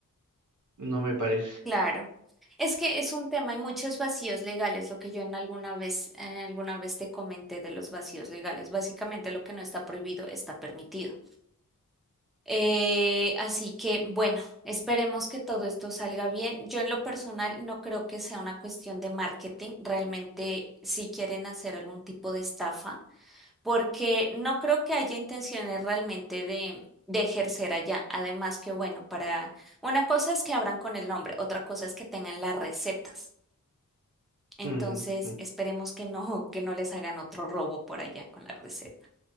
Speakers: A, on the right; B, in the centre.
A: no me parece.
B: claro. Es que es un tema, hay muchos vacíos legales, lo que yo en alguna vez, eh, alguna vez te comenté de los vacíos legales. Básicamente lo que no está prohibido está permitido. Eh, así que bueno, esperemos que todo esto salga bien. Yo en lo personal no creo que sea una cuestión de marketing. Realmente si quieren hacer algún tipo de estafa, porque no creo que haya intenciones realmente de, de ejercer allá. Además que bueno, para una cosa es que abran con el nombre, otra cosa es que tengan las recetas. Entonces,
A: Mm, mm.
B: esperemos que no, que no les hagan otro robo por allá con la receta.